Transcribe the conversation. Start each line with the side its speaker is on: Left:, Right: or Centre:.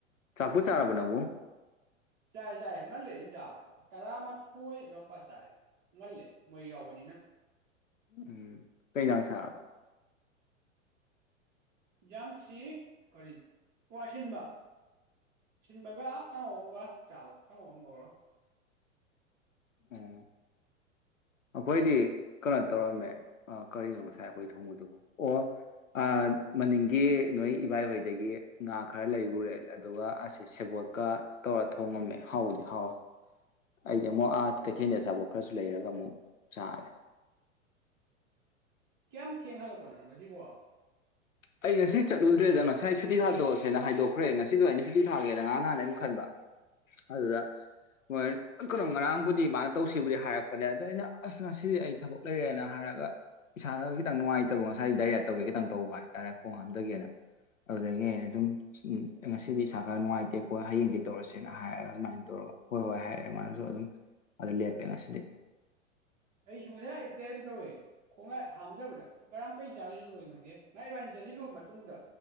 Left: ꯆꯥꯛꯄꯨ ꯆꯥꯔꯕꯣ ꯅꯣꯕꯨ
Right: ꯆꯥꯔꯦ ꯆꯥꯔꯦ ꯉꯜꯂꯦ ꯑꯩꯅ ꯆꯥꯕ ꯇꯔꯥꯃꯊꯣꯏ ꯑꯗꯨꯋꯥꯏꯄꯥ ꯆꯥꯔꯦ ꯉꯜꯂꯦ ꯃꯣꯏ ꯌꯥꯎꯕꯅꯤꯅ
Left: ꯎꯝ ꯀꯩꯖꯥꯡ ꯆꯥꯔꯕ
Right: ꯌꯦꯟꯁꯥꯡꯁꯤ ꯀꯔꯤꯟ ꯑꯣ ꯑꯁꯤꯟꯕ ꯑꯁꯤꯟꯕꯒ ꯀꯥꯡꯉꯧ ꯑꯃꯒ ꯆꯥꯕ ꯀꯥꯡꯉꯧ ꯑꯃ ꯉꯧꯔ
Left: ꯎꯝ ꯑꯈꯣꯏꯗꯤ ꯀꯩꯅꯣ ꯇꯧꯔꯝꯃꯦ ꯀꯔꯤꯅꯣ ꯉꯁꯥꯏ ꯑꯩꯈꯣꯏ ꯊꯣꯡꯕꯗꯨꯕꯨ ꯑꯣ ꯃꯅꯤꯡꯒꯤ ꯅꯣꯏ ꯏꯕꯥꯏꯍꯣꯏꯗꯒꯤ ꯉꯥ ꯈꯔ ꯂꯩꯔꯨꯔꯦ ꯑꯗꯨꯒ ꯑꯁꯤ ꯁꯦꯕꯣꯠꯀ ꯇꯧꯔ ꯊꯣꯡꯉꯝꯃꯦ ꯍꯥꯎꯕꯨꯗꯤ ꯍꯥꯎꯋꯦ ꯑꯩꯗꯤ ꯑꯃꯨꯛ ꯑꯥ ꯀꯩꯊꯦꯜꯗ ꯑꯆꯥꯄꯣꯠ ꯈꯔꯁꯨ ꯂꯩꯔꯒ ꯑꯃꯨꯛ ꯆꯥꯔꯦ
Right: ꯀꯌꯥꯝ ꯊꯦꯡ ꯍꯜꯂꯛꯄꯅꯣ ꯅꯪ ꯉꯁꯤꯕꯣ
Left: ꯑꯩ ꯉꯁꯤ ꯆꯠꯂꯨꯗ꯭ꯔꯦꯗ ꯉꯁꯥꯏ ꯁꯨꯇꯤ ꯊꯥꯗꯣꯛꯑꯁꯦꯅ ꯍꯥꯏꯗꯣꯛꯈ꯭ꯔꯦ ꯉꯁꯤꯗꯣ ꯑꯩꯅ ꯁꯨꯇꯤ ꯊꯥꯒꯦꯅ ꯉꯔꯥꯡ ꯅꯍꯥꯟꯅ ꯑꯗꯨꯝ ꯈꯟꯕ ꯑꯗꯨꯗ ꯃꯣꯏ ꯀꯩꯅꯣ ꯉꯔꯥꯡꯕꯨꯗꯤ ꯃꯥꯅ ꯇꯧꯁꯤꯕꯨꯗꯤ ꯍꯥꯏꯔꯛꯄꯅꯦ ꯑꯗꯣ ꯑꯩꯅ ꯑꯁ ꯉꯁꯤꯗꯤ ꯑꯩ ꯊꯕꯛ ꯂꯩꯔꯦꯅ ꯍꯥꯏꯔꯒ ꯏꯁꯥꯅꯒ ꯈꯤꯇꯪ ꯅꯨꯡꯉꯥꯏꯇꯕ ꯉꯁꯥꯏꯗꯤ ꯗꯥꯏꯔꯤꯌꯥ ꯇꯧꯒꯦ ꯈꯤꯇꯪ ꯇꯧꯕ ꯍꯥꯏꯅ ꯍꯥꯏꯇꯥꯔꯦ ꯈꯣꯡ ꯍꯥꯝꯗꯒꯦꯅ ꯑꯗꯨꯗꯒꯤ ꯑꯩ ꯑꯗꯨꯝ ꯉꯁꯤꯗꯤ ꯏꯁꯥ ꯈꯔ ꯅꯨꯡꯉꯥꯏꯇꯦꯀꯣ ꯍꯌꯦꯡꯗꯩ ꯇꯧꯔꯁꯦꯅ ꯍꯥꯏꯔꯒ ꯑꯗꯨꯃꯥꯏꯅ ꯇꯧꯔꯒ ꯍꯣꯏ ꯍꯣꯏ ꯍꯥꯏꯔꯛꯑꯦ ꯃꯥꯅꯁꯨ ꯑꯗꯨꯝ ꯑꯗꯨ ꯂꯦꯞꯄꯦ ꯉꯁꯤꯗꯤ
Right: ꯑꯩꯁꯨ ꯉꯁꯥꯏ ꯑꯌꯨꯛ ꯇꯩ ꯑꯗꯨꯝ ꯇꯧꯋꯦ ꯈꯣꯡꯂꯥꯏ ꯍꯥꯝꯗꯕꯗ ꯉꯔꯥꯡ ꯀꯩ ꯆꯥꯔꯁꯤꯜꯂꯨꯕꯩꯅꯣ ꯈꯪꯗꯦ ꯉ ꯏꯕꯥꯏꯅꯤ ꯆꯥꯁꯤꯜꯂꯨꯕ ꯃꯇꯨꯡꯗ